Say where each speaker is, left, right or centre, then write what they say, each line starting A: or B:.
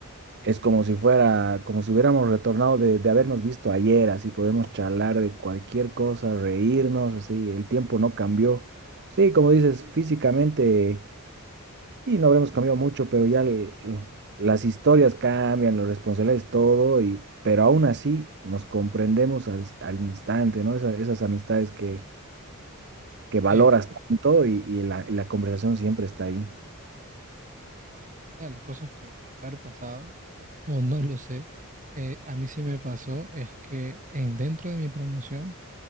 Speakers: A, on the right (about 50°); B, on the right (about 35°).
A: es como si fuera, como si hubiéramos retornado de, de habernos visto ayer, así podemos charlar de cualquier cosa, reírnos, así, el tiempo no cambió. Sí, como dices, físicamente, y no habremos cambiado mucho, pero ya l- l- las historias cambian, las responsabilidades, todo, y, pero aún así nos comprendemos al, al instante, ¿no? Esa- esas amistades que, que valoras
B: Sí,
A: tanto y, y la, y la conversación siempre está ahí.
B: sí, sí, sí. Y una de las cosas que te debe haber pasado, o no lo sé, eh, a mí sí me pasó, es que en, dentro de mi promoción,